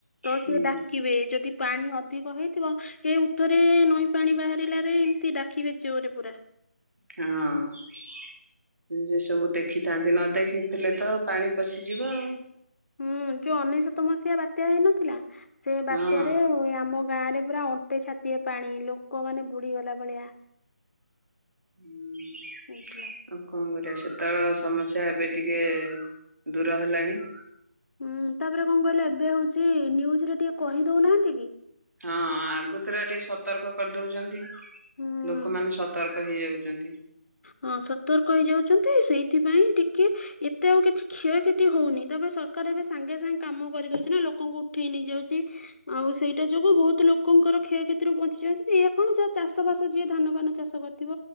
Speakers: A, on the left (about 60°); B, on the right (about 85°).
A: ତ
B: ହୁଁ
A: ସିଏ ଡାକିବେ ଯଦି ପାଣି ଅଧିକ ହେଇଥିବ ଏ ଉଠରେ ନଈ ପାଣି ବାହାରିଲାରେ ଏମିତି ଡାକିବେ ଜୋରେ ପୁରା।
B: ହଁ। ଯେ ସବୁ ଦେଖିଥାନ୍ତି ନ ଦେଖିଥିଲେ ତ ପାଣି ପଶିଯିବ ଆଉ।
A: ହୁଁ ଯୋଉ ଅନେଶତ ମସିହା ବାତ୍ୟା ହେଇନଥିଲା ସେ ବାତ୍ୟାରେ
B: ଆଉ ହଁ।
A: ଆମ ଗାଁ ରେ ପୁରା ଅଣ୍ଟେ ଛାତିଏ ପାଣି ଲୋକମାନେ ବୁଡି ଗଲା ଭଳିଆ।
B: ହୁଁ
A: ହେଇଥିଲା।
B: ଆଉ କଣ କରିବା ସେତେବେଳ ସମସ୍ୟା ଏବେ ଟିକେ ଦୂର ହେଲାଣି।
A: ହୁଁ ତାପରେ କଣ କହିଲେ ଏବେ ହଉଚି ନିନ୍ୟୁଜୁ ରେ ଟିକେ କହି ଦଉନାହାନ୍ତି କି?
B: ହଁ ଆଗତୁରିଆ ଟିକେ ସତର୍କ କରିଦଉଚନ୍ତି।
A: ହୁଁ
B: ଲୋକମାନେ ସତର୍କ ହେଇଯାଉଚନ୍ତି।
A: ହଁ ସର୍ତକ ହେଇଯାଉଛନ୍ତି ସେଇଥିପାଇଁ ଟିକେ ଏତେ ଆଉ କିଛି କ୍ଷୟକ୍ଷତି ହଉନି ତାପରେ ସରକାର ଏବେ ସାଙ୍ଗେ ସାଙ୍ଗେ କାମ କରିଦଉଚି ନା ଲୋକଙ୍କୁ ଉଠେଇ ନେଇଯାଉଚି। ଆଉ ସେଇଟା ଯୋଗୁ ବହୁତୁ ଲୋକଙ୍କର କ୍ଷୟକ୍ଷତିରୁ ବଞ୍ଚି ଯାଆନ୍ତି ୟା କଣ ଯାହା ଚାଷ ବାସ ଯିଏ ଧାନ ଫାନ ଚାଷ କରିଥିବ